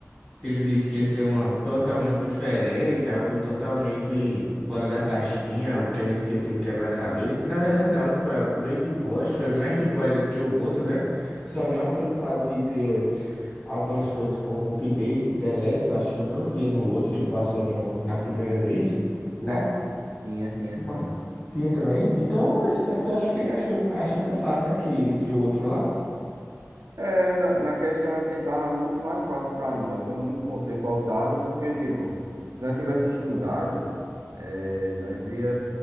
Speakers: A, on the left; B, on the right.
A: Ele disse que ia ser uma totalmente diferente, algo totalmente fora da caixinha, algo que a gente ia ter que quebrar a cabeça. Na verdade, não, foi algo bem de boa. Acho que foi mais de boa ainda do que o outro, né? Só não pelo fato de ter eh, algumas coisas como update, delete, que eu acho que não tinha no outro, que ele passou no, na primeira vez, né?
B: Tinha, tinha,
A: Mas
B: tinha.
A: tinha também. Então, esse aqui eu acho que achei, achei mais fácil, né? Que, que o outro lá.
B: É, na, na questão assim, tava muito mais fácil pra nós. Foi muito bom ter faltado, porque, tipo, se nós tivesse estudado, é, nós ia,